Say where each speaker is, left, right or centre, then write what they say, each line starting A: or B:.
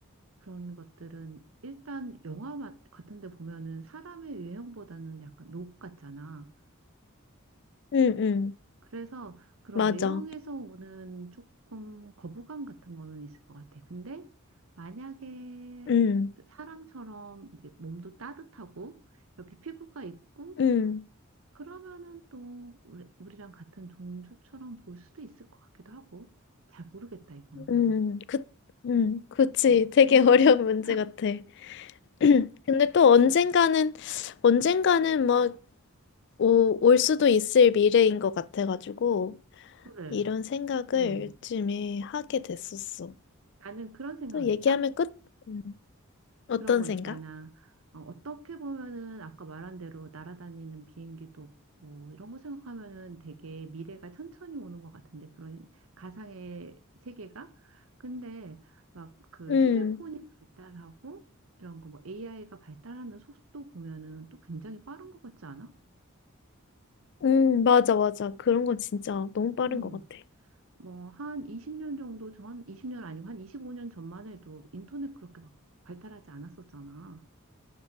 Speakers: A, on the right; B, on the left.
A: 그런 것들은 일단 영화 마- 같은 데 보면은 사람의 외형보다는 약간 로봇 같잖아.
B: 음, 음,
A: 그래서 그런
B: 맞아.
A: 외형에서 오는 조금 거부감 같은 거는 있을 것 같아. 근데 만약에
B: 음,
A: 사람처럼 이제 몸도 따뜻하고 이렇게 피부가 있고
B: 음,
A: 그러면은 또 우리, 우리랑 같은 종족처럼 볼 수도 있을 것 같기도 하고 잘 모르겠다 이거는.
B: 음, 그, 음, 그치.
A: 어,
B: 되게
A: 음, 음,
B: <laughs> 어려운
A: 음.
B: 문제 같아. <clears throat> 근데 또 언젠가는 언젠가는 막 올 수도 있을 미래인 것 같아가지고
A: 그래.
B: 이런 생각을
A: 음.
B: 요즘에 하게 됐었어.
A: 나는 그런 생각했다.
B: 또 얘기하면 끝. 음, 어떤
A: 그런 거
B: 생각?
A: 있잖아. 어, 어떻게 보면은 아까 말한 대로 날아다니는 비행기도 없고 이런 거 생각하면은 되게 미래가 천천히 오는 것 같은데 그런 가상의 세계가 근데 막 그
B: 음,
A: 휴대폰이 발달하고 이런 거 뭐 AI가 발달하는 속도 보면은 또 굉장히 빠른 것 같지 않아?
B: 음, 맞아, 맞아. 그런 건 진짜 너무 빠른
A: 음.
B: 것 같아.
A: 뭐 한 20년 정도 전, 20년 아니고 한 25년 전만 해도 인터넷 그렇게 막 발달하지 않았었잖아.